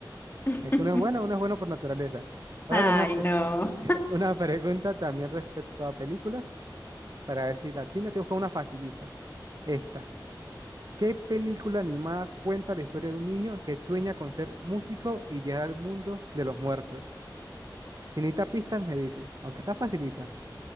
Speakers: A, on the left; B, on the right.
A: <laughs>
B: Es que uno es bueno, uno es bueno por naturaleza. Ahora
A: Ay,
B: te hago una, pel-
A: no.
B: <laughs> una pregunta también respecto a películas, para ver si la tengo. Te busco una facilita. Esta. ¿Qué película animada cuenta la historia de un niño que sueña con ser músico y viajar al mundo de los muertos? Si necesitas pistas, me dices, aunque está facilita.